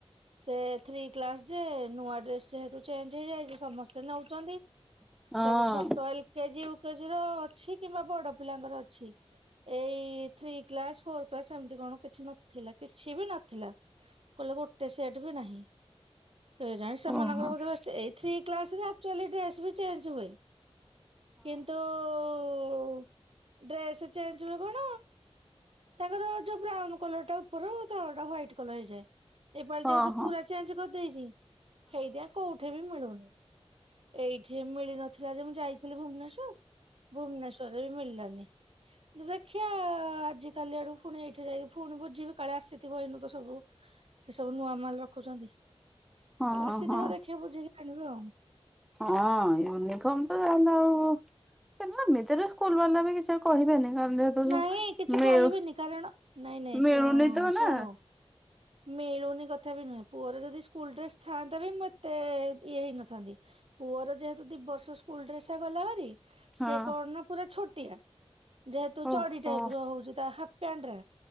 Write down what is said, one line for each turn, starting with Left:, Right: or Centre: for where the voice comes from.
Right: ସେ ଥ୍ରୀ କ୍ଲାସ ଯେ ନୂଆ ଡ୍ରେସ୍ ଯେହେତୁ ଚେଞ୍ଜ ହେଇଯାଇଛି ସମସ୍ତେ ନେଉଛନ୍ତି
Centre: ହଁ
Right: ସବୁ ଛୋଟ L K G K G ର ଅଛି କିମ୍ବା ବଡ ପିଲାଙ୍କର ଅଛି ଏଇ ଥ୍ରୀ କ୍ଲାସ ଫୋର କ୍ଲାସ ଏମତି କଣ କିଛି ନଥିଲା କିଛି ବି ନଥିଲା କହିଲେ ଗୋଟେ ସେଟ ବି ନାହିଁ କେଜାଣି ସେମାନଙ୍କର
Centre: ଓହୋ
Right: ବୋଧେ ଏ ଥ୍ରୀ କ୍ଲାସରେ ଆକଚୁଆଲି ଡ୍ରେସ ବି ଚେଞ୍ଜ ହୁଏ। କିନ୍ତୁ <unintelligible> ଡ୍ରେସ୍ ଚେଞ୍ଜ ହୁଏ କଣ ତାଙ୍କର ଯୋଉ ବ୍ରାଉନ କଲର ଟା ଉପର ତଳ ଟା ହ୍ଵାଇଟ୍ କଲର ହୋଇଯାଏ। ଏପାଳି
Centre: ହଁ
Right: ଯେହେତୁ
Centre: ହଁ
Right: ପୁରା
Centre: ହଁ
Right: ଚେଞ୍ଜ କରିଦେଇଛି ହେଇଥି ପାଇଁ କୋଉଠି ବି ମିଳୁନି ଏଇଠି ମିଳି ନ ଥିଲା ଯେ ମୁଁ ଯାଇଥିଲି ଭୁବନେଶ୍ୱର ଭୁବନେଶ୍ଵରରେ ବି ମିଳିଲାନି ଦେଖିଆ ଆଜିିକାଲି ଆଡୁ ପୁଣି ଏଇଠି ଯାଇକି ପୁଣି ବୁଝିବି କାଳେ ଆସିଥିବ ଏନୁ ତ ସବୁ ଏ ସବୁ ନୂଆ ମାଲ ରଖୁଛନ୍ତି
Centre: ହଁ
Right: କାଳେ ଆସିଥିବ
Centre: ହଁ
Right: ଦେଖିବା ବୁଝିକି ଆଣିବି ଆଉ
Centre: ହଁ ୟୁନିଫର୍ମ ତ <unintelligible> ଆଉ ଏମିତିରେ ସ୍କୁଲ ବାଲା ବି କିଛି ଆଉ କହିବେନି। କାରଣ ଯେହେତୁ
Right: ନାଇଁ
Centre: ଯୋଉ
Right: କିଛି
Centre: ମିଳୁ
Right: କହିବେନି କାରଣ ନାଇଁ ନାଇଁ
Centre: ମିଳୁନି
Right: ଶୁ
Centre: ତ
Right: ଶୁଣୁ
Centre: ନା
Right: ମିଳୁନି କଥା ବି ନୁହେଁ ପୁଅର ଯଦି ସ୍କୁଲ ଡ୍ରେସ ଥାଆନ୍ତା ବି ମୁଁ ଏତେ ଇଏ ହେଇନଥାନ୍ତି ପୁଅର ଯେହେତୁ ଦି ବର୍ଷ ସ୍କୁଲ ଡ୍ରେସ ଗଲା ଭାରୀ
Centre: ହଁ
Right: ସେ କଣ ନା ପୁରା ଛୋଟ <inaudible> ଯ ତ ଚଡି
Centre: ଓହୋ
Right: ଟାଇପ ର ହଉଛି ତା ପେଣ୍ଡରେ